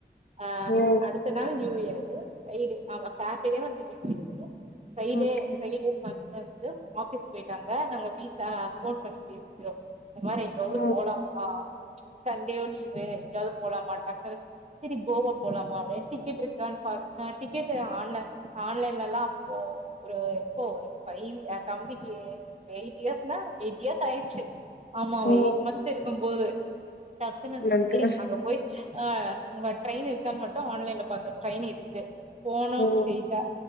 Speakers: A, on the right (about 40°); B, on the left (about 70°).
A: ஆ
B: ஓ!
A: அடுத்த நாள் நியூயார் து ஃபரைடே ஆமா சாட்டர்டே வந்து நியூ இயர் ஃப்ரைடே
B: ஓகே.
A: பெலிடேஸ்மண்ட் வந்து ஆபிஸ் போயிட்டாங்க நாங்க வீட்டு்ல போன் பண்ணி பேசிறோ இந்த மாரி இங்க வந்து
B: ஓ!
A: போலாம்மா சண்டே லீவு எங்கயாவது போலாமா டக்குனு செரி கோவா போலாமா அப்பனு டிக்கெட் இருக்கான்னு பா டிக்கெட் ஆன்லை ஆன்லைன்லலா ஓ ஒரு எப்போ ஒரு ஃவ்பை தம்பிக்கு எயிட் இயர்ஸ்னா எயிட் இயர்ஸ் ஆயிடுச்சு ஆமா
B: ஓ!
A: எயிட் மந்த் இருக்கு போது டக்குன்னு
B: மந்த்து.
A: செரி அங்க போய் ஆ உங்க ட்ரெயின் இருக்கான் மட்டும் ஆன்லைன்ல பாத்து ட்ரெயின் இருக்கு போனும்
B: ஓ!
A: ஸ்ரெட்டா